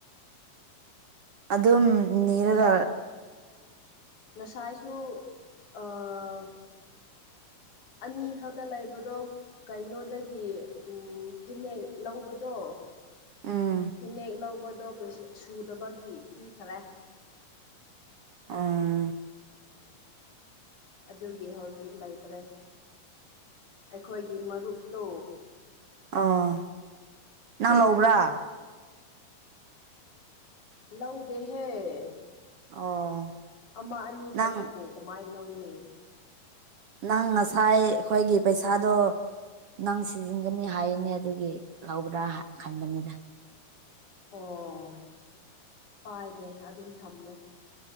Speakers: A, on the right (about 60°); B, on the left (about 60°).
A: ꯑꯗꯨꯝ ꯅꯤꯔꯒ
B: ꯉꯁꯥꯏ ꯉꯁꯥꯏꯁꯨ ꯑꯥ ꯑꯅꯤ ꯈꯛꯇ ꯂꯩꯕꯗꯣ ꯀꯩꯅꯣꯗꯒꯤ ꯎꯝ ꯐꯤꯅꯦꯛ ꯂꯧꯕꯗꯣ
A: ꯎꯝ
B: ꯐꯤꯅꯦꯛ ꯂꯧꯕꯗꯣ ꯁꯨꯗꯕꯒꯤ ꯄꯤꯈꯔꯦ
A: ꯑꯥ
B: ꯑꯗꯨꯒꯤ ꯍꯧꯖꯤꯛ ꯂꯩꯇ꯭ꯔꯦ ꯑꯩꯈꯣꯏꯒꯤ ꯃꯔꯨꯞꯇꯣ
A: ꯑꯣ ꯅꯪ ꯂꯥꯎꯕ꯭ꯔꯥ
B: ꯂꯩꯌꯦ ꯂꯧꯗꯦꯍꯦ
A: ꯑꯣ
B: ꯑꯃ ꯑꯅꯤ
A: ꯅꯪ
B: ꯈꯛꯇꯕꯨ ꯀꯃꯥꯏꯅ ꯂꯧꯅꯤ
A: ꯅꯪ ꯉꯁꯥꯏ ꯑꯩꯈꯣꯏꯒꯤ ꯄꯩꯁꯥꯗꯣ ꯅꯪ ꯁꯤꯖꯤꯟꯒꯅꯤ ꯍꯥꯏꯅꯦ ꯑꯗꯨꯒꯤ ꯂꯧꯕ꯭ꯔꯥ ꯈꯟꯕꯅꯤꯗ
B: ꯑꯣ ꯄꯥꯏꯗꯦ ꯑꯗꯨꯝ ꯊꯝꯃꯦ